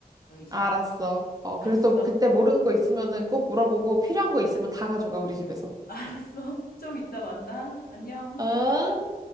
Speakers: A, on the left (about 70°); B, on the right (about 25°).
A: 너희 집에.
B: 알았어. 어,
A: 알았어.
B: 그래서 또 그때 모르는 거 있으면은 꼭 물어보고 필요한 거 있으면 다 가져가, 우리 집에서.
A: <laughs> 알았어. 좀 이따 만나. 안녕.
B: 응?